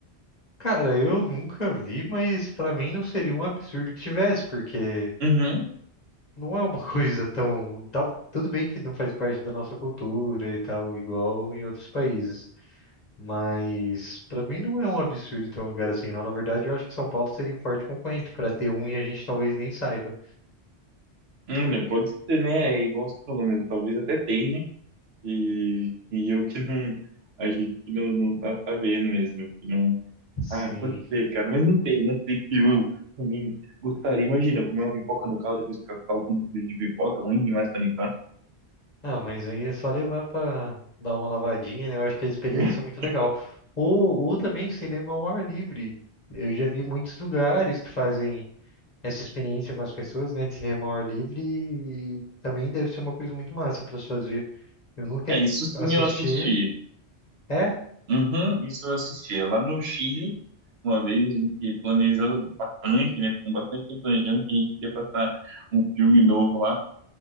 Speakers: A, on the left (about 40°); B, on the right (about 70°).
A: Cara, eu nunca vi, mas pra mim não seria um absurdo que tivesse, porque
B: Uhum.
A: não é uma <laughs> coisa tão. tá- tudo bem que não faz parte da nossa cultura e tal, igual em outros países. Mas pra mim não é um absurdo ter um lugar assim, não. Na verdade, eu acho que São Paulo seria um forte concorrente pra ter um e a gente talvez nem saiba.
B: Olha, pode ser, né? É Igual você falou mesmo, talvez até tenha, E, e eu que não, a gente que não, não tá sabendo mesmo, eu que não.
A: Sim.
B: Ah, pode ser, cara, mas não sei, não sei se eu também gostaria. Imagina, eu comer uma pipoca no carro, depois ficar com o carro tudo sujo de pipoca, ruim demais pra limpar.
A: Ah, mas aí é só levar pra dar uma lavadinha, né? Eu acho que a experiência
B: <laughs>
A: é muito legal. Ou, ou também cinema ao ar livre. Eu já vi muitos lugares que fazem essa experiência com as pessoas, né? De cinema ao ar livre e também deve ser uma coisa muito massa para se fazer. Eu nunca
B: É, isso sim
A: assisti.
B: eu assisti.
A: É?
B: Uhum, isso eu assisti. É Lá no Chile, uma vez a gente planejou bastante, né? Ficou bastante tempo planejando que a gente queria passar um filme novo lá.